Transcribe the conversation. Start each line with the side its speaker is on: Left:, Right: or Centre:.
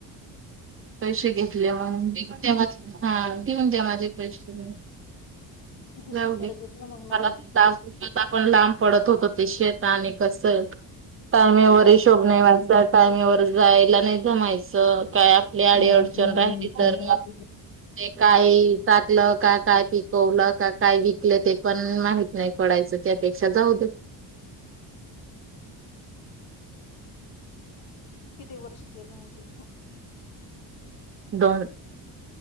Right: पैसे घेतले मग तेव्हाच हा देऊन द्या माझे पैसे घेऊन.
Left: दुसरीकडे
Right: जाऊदे डोक्याला
Left: घेतलं मग नवीन
Right: ताप. त्यानलापण लांब पडत होतो ते शेत आणि कस. टायमेवर
Left: हो.
Right: हिशोभ नाही व्हायचा टायमेवर जायला नाही जमायच काय लय अडीअडचण
Left: गावातले आलेपर्यंत
Right: राहिली तर
Left: अशीच
Right: मग ते काय टाटलं, का काय पिकवलं, का काय विकलं, ते पण माहि नाही पडायचं, त्यापेक्षा जाऊ दे
Left: किती वर्ष केलं तिथून
Right: दोन